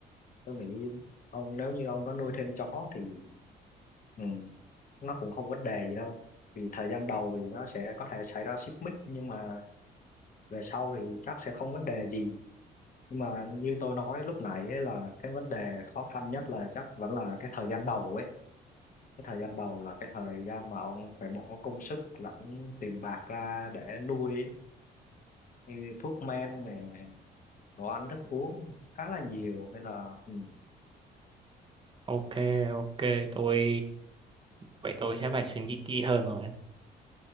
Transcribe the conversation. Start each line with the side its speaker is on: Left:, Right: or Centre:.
Left: Tôi nghĩ ông nếu như ông có nuôi thêm chó thì ừ, nó cũng không vấn đề gì đâu. Vì thời gian đầu thì nó sẽ có thể xảy ra xích mích nhưng mà về sau thì chắc sẽ không vấn đề gì. Nhưng mà như tôi nói lúc nãy ấy là cái vấn đề khó khăn nhất là chắc vẫn là cái thời gian đầu ấy. cái thời gian đầu là cái thời gian mà ông phải bỏ công sức lẫn tiền bạc ra để nuôi ấy. như thuốc men này đồ ăn thức uống khá là nhiều nên là ừ.
Right: ok ok tôi vậy tôi sẽ phải suy nghĩ kỹ hơn rồi